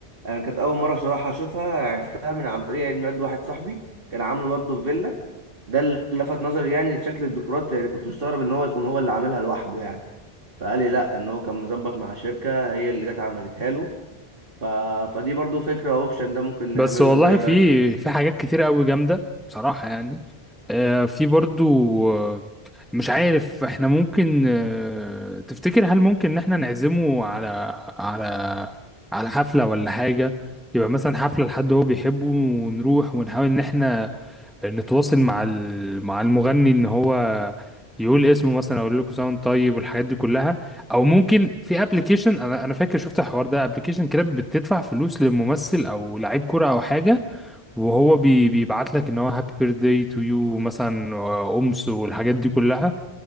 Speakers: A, on the right (about 60°); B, in the centre.
A: أنا كانت أول مرة صراحة أشوفها عرفتها من عن طريق عيد ميلاد واحد صاحبي كان عامله برضه في فيلا ده اللي لفت نظري يعني لشكل الديكورات يعني كنت مستغرب إن هو يكون هو اللي عاملها لوحده يعني فقال لي لأ إن هو كان مظبط مع شركة هي اللي جت عملتها له ف... فدي برضه فكرة أوبشن ده ممكن نعمله
B: بس والله
A: أنت إيه رأيك
B: في
A: فيه؟
B: في حاجات كتير قوي جامدة بصراحة يعني آه، في برضو آه، مش عارف احنا ممكن آه، تفتكر هل ممكن ان احنا نعزمه على على على حفلة ولا حاجة يبقى مثلا حفلة لحد هو بيحبه ونروح ونحاول ان احنا نتواصل مع ال- مع المغني ان هو يقول اسمه مثلا اقول لكم ساوند طيب والحاجات دي كلها او ممكن في ابلكيشن انا انا فاكر شفت الحوار ده ابلكيشن كده بتدفع فلوس لممثل او لعيب كوره او حاجه وهو بي بيبعت لك ان هو هابي بيرثداي تو يو مثلا آه، امس والحاجات دي كلها